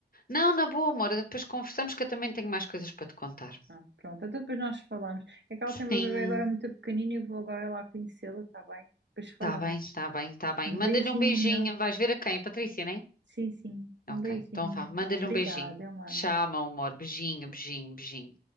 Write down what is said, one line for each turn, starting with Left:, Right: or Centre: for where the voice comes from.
Left: Não, na boa, amor, depois conversamos que eu também tenho mais coisas para te contar.
Right: Ah, pronto, então depois nós falamos. É que ela
Left: Sim.
Right: tem uma bebê agora muito pequenina e eu vou agora lá conhecê-la, tá bem? Depois falamos.
Left: Tá bem, está bem, está bem.
Right: Um
Left: Manda-lhe
Right: beijinho.
Left: um beijinho. Vais ver a quem? A Patrícia, né?
Right: Sim, sim. Um
Left: Ok,
Right: beijinho,
Left: então vá.
Right: então.
Left: Manda-lhe
Right: Obrigada,
Left: um beijinho.
Right: mano.
Left: Tchau, meu amor. Beijinho, beijinho, beijinho.